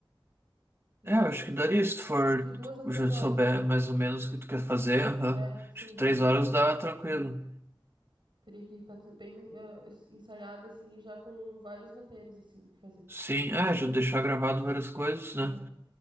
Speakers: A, on the right (about 60°); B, on the right (about 25°).
A: E
B: É,
A: daí,
B: eu acho que daria se tu for,
A: De duas
B: tu
A: a três
B: já
A: horas.
B: souber mais ou menos o que tu quer fazer, aham.
A: É, sim,
B: Acho que
A: isso
B: três
A: aí.
B: horas dá tranquilo.
A: Uhum. Teria que estar bem eh, es- ensaiada, assim, e já com vários roteiros, assim, do que fazer.
B: Sim, é, já deixar gravado várias coisas, né?
A: Uhum.